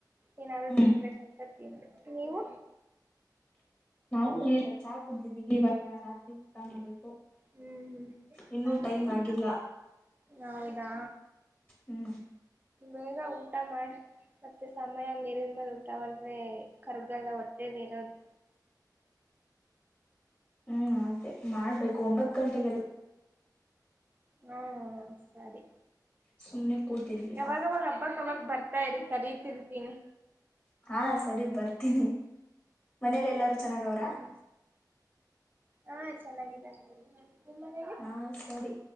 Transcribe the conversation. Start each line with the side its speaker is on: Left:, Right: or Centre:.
Right: ಏನಾದ್ರು
Left: ಹ್ಮ್
Right: ತಿನ್ಬೇಕಲ್ ಪ್ರತಿಂದೇ ನೀವು.
Left: ನಾವು ಏನಿಲ್ಲ ಚಾ ಕುಡ್ತೀವ್ ದೀವಿ ಇವಗ ರಾತ್ರಿ. ಮಾಡ್ಬೇಕು
Right: ಹ್ಮ್ ಹ್ಮ್
Left: ಇನ್ನೂ ಟೈಮ್ ಆಗಿಲ್ಲ
Right: ನೌದಾ.
Left: ಹ್ಮ್
Right: ಬೇಗಾ ಊಟ ಮಾಡ್ರಿ ಮತ್ತೆ ಸಮಯ ಮೀರಿದ್ ಮೇಲೆ ಊಟ ಮಾಡಿದ್ರೆ ಕರ್ಗಲ್ಲಾ ಹೊಟ್ಟೆಲ್ ಇರೋದು.
Left: ಹ್ಮ್ ಅದೇ ಮಾಡ್ಬೇಕು ಒಂಬತ್ ಗಂಟೆಗೆಲ್ಲಾ.
Right: ಹು ಸರಿ.
Left: ಸುಮ್ನೆ ಕುತ್ತಿದ್ವಿ
Right: ಯಾವಾಗವಾಗ
Left: ಬಾಕು.
Right: ಹಬ್ಬಕ್ ಅವಾಗ ಬರ್ತಾ ಇರಿ ಕರಿತಿರ್ತೀನಿ.
Left: ಹಾ ಸರಿ ಬರ್ತೀನಿ ಮನೇಲ್ ಎಲ್ಲಾರು ಚೆನ್ನಾಗೌರ.
Right: ಹ್ಮ್ ಹಾ ಚೆನ್ನಾಗಿದ್ದಾರೆ. ನಿಮ್ ಮನೇಲಿ.
Left: ಹಾ ಸರಿ.